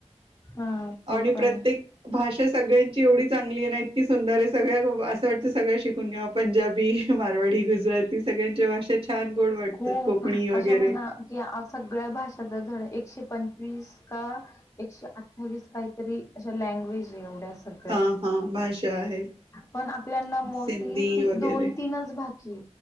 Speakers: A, on the left; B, on the right.
A: हा ते
B: आणि
A: पण
B: प्रत्येक
A: आहे.
B: भाष अश सगळ्यांची एवढी चांगली ना इतकी सुंदर आहे सगळ्या असं वाटतं सगळ्या शिकून घे पंजाबी मार... वडी गुजराती. सगळ्यांच्या भाषा छान गोड वाटतात
A: खूप
B: कोकणी वगैरे
A: असं म्हणा की सगळ्या भाषाच झाड एकशे.. पंचवीस का एकशे अठ्ठावीस काहीतरी अशा लँग्वेज आहे एवढ्या.. सळ
B: हा हा भाषा आहेत
A: पण आपल्याना मोस्टली
B: सिंधी वगैरे
A: दोन तीनच भाकी.